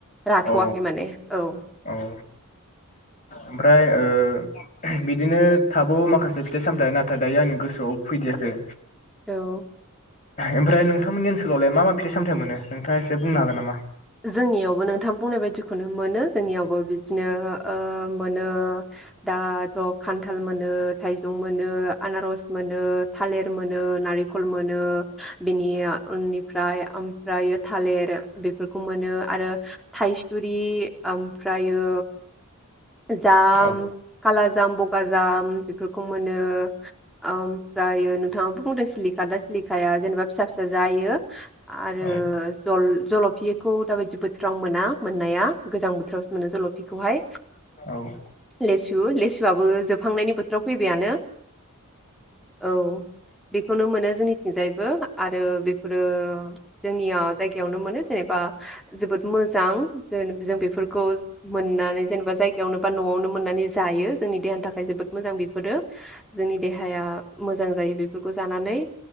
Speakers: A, in the centre; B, on the left.
A: राथवाखै
B: औ
A: माने औ
B: औ ओमफ्राय ओ बिदिनो थाबावो माखासे फिथाइ सामथायाइ नाथाय दायो आंनि गोसोआव फैदियाखै
A: औ
B: ओमफ्राय नोंथांमोननि ओनसोलावलाय मा मा फिथ सामथथाय मोनो नोंथाङा एसे बुंनो हागोन नामा?
A: जोंनियावबो नों थाम बुंनाय बायदिखौनो मोनो जोंनियावबो बिदिनो ओ मोन ओ दाथ खान्थाल मोनो थाइजौ मोनो आनारस मोनो थालिर मोनो नालेंखल मोनो। बिनिया उननिफ्राय ओमफ्रायो थालेर बेफोर खौ मोनो आरो थायसुरि ओम फ्रायो जाम,
B: औ
A: खाला जाम, बगाजाम बेफोरखौ मोनो ओमफ्रायो नोंथाङा बुंदो <unintelligible> खादा सिलिखाया जेनबा फिसा फिसा जायो। <unintelligible> आरो
B: औ
A: जल जल' फिखौ दाबायदि बोथोराव मोना मोननाया गोजां बोथोरावसो मोनो जल'फिखौहाय।
B: औ उम औ
A: लेसु लेसुआबो जोबहांनायनि बोथोराव फैबायानो औ बेखौनो मोनो जोंनिथिंजायबो आरो बेफोरो जोंनिया जायगायावनो मोनो जेनेबा जोबोद मोजां जो-जों बेफोरखौ मोननानै जेनेबा जाय यावनो बा न'आवनो मोननानै जायो, जोंनि देहानि थाखाय जोबोद मोजां बेफोरो। जोंनि देहाया मोजां जायो बेफोरखौ जानानै।